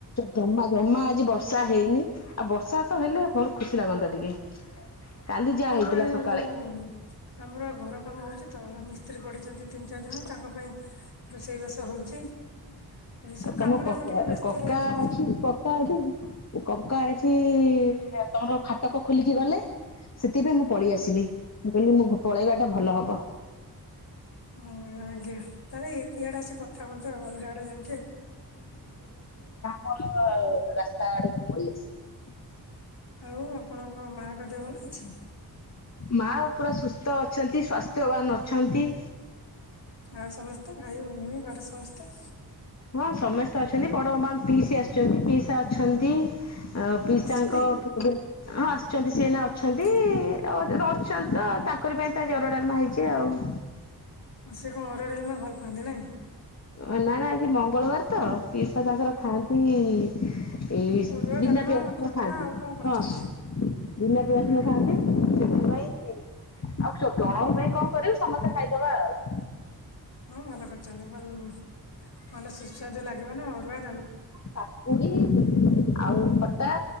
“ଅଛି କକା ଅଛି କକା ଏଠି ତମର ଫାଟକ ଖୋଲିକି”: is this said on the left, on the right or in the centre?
Left